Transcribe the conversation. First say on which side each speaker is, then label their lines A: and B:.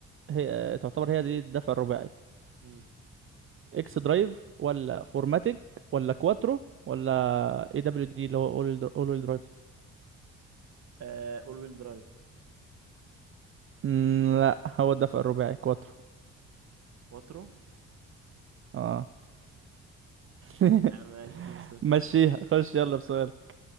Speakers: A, on the right (about 45°); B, on the right (about 60°).
A: هي تعتبر هي دي الدفع الرباعي
B: مم.
A: اكس درايف ولا فورماتيك ولا كواترو ولا اي دبليو دي اللي هو اول درايف
B: آه... اول ويل درايف
A: مم، لا هو الدفع الرباعي كواترو
B: كواترو
A: اه <laughs>
B: يا عم ماشي 2 صفر
A: مشيها خش يلا بسؤال